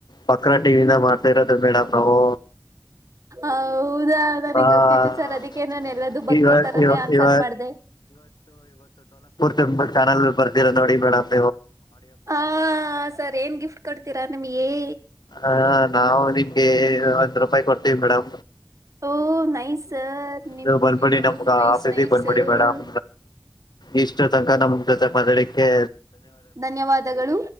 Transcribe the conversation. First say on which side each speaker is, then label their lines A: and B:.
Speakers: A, on the left; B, on the right.
A: ಬಕ್ರ ಟಿವಿಇದ್ದೆ ಮಾಡ್ತ ಇರೋದು ಮೇಡಂ ನಾವು
B: ಹೌದಾ ನನಗ್
A: ಆ
B: ಗೊತ್ತಿತ್ತು ಸರ್ ಅದಕ್ಕೆ ನಾನು ಎಲ್ಲದುೂ ಬಕ್ರ
A: ಈಗ
B: ತರಾನೇ
A: ಇವ
B: ಆನ್ಸರ್
A: ಇವ
B: ಮಾಡಿದ್ದೆ
A: ತುಂಬಾ ಚಾನಲ್ ಬರ್ತಿರಾ ನೋಡಿ ಬೇಡ ಮೇಡಂ
B: ಹಾ ಸರಿ ಏನ್ ಗಿಫ್ಟ್ ಕೊಡ್ತೀರಾ ನಮ್ಮಗೆ ಹೇ
A: ಹ ನಾವು ನಿ ಒಂದ್ ರೂಪಾಯಿ ಕೊಡ್ತೀವಿ ಮೇಡಂ
B: ಓ ನೈ ಸರ್ ನಿಮ್ಮದ್ದು
A: ನೀವು ಬಂದ್ಬಿಡಿ ನಮ್ಗೆ ಆಫೀಸಿಗೆ
B: ನೈ
A: ಬಂದ್ಬಿಡಿ
B: ಸರ್
A: ಮೇಡಮ್ ಇಷ್ಟು ತನಕ ನಮ್ಮ ಜೊತೆ ಮತಕ್ಕೆ
B: ಧನ್ಯವಾದಗಳು